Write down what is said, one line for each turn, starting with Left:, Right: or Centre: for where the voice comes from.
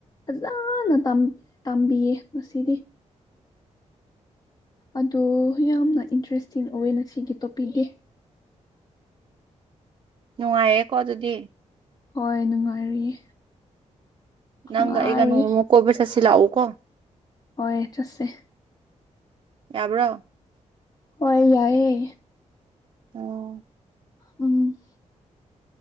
Left: ꯐꯖꯅ ꯇꯝ ꯇꯝꯕꯤꯌꯦ ꯉꯁꯤꯗꯤ ꯑꯗꯣ ꯌꯥꯝꯅ ꯏꯟꯇꯔꯦꯁꯇꯤꯡ ꯑꯣꯏꯑꯦ ꯉꯁꯤꯒꯤ ꯇꯣꯄꯤꯛꯗꯤ
Right: ꯅꯨꯡꯉꯥꯏꯌꯦꯀꯣ ꯑꯗꯨꯗꯤ
Left: ꯍꯣꯏ ꯅꯨꯡꯉꯥꯏꯔꯤꯌꯦ ꯅꯨꯡꯉꯥꯏꯔꯤꯌꯦ
Right: ꯅꯪꯒ‌ ꯑꯩꯒꯅꯣꯡꯃ ꯀꯣꯏꯕ ꯆꯠꯁꯤ ꯂꯛꯎꯀꯣ
Left: ꯍꯣꯏ ꯆꯠꯁꯦ
Right: ꯌꯥꯕ꯭ꯔꯣ
Left: ꯍꯣꯏ ꯌꯥꯏꯑꯦ
Right: ꯑꯣ
Left: ꯎꯝ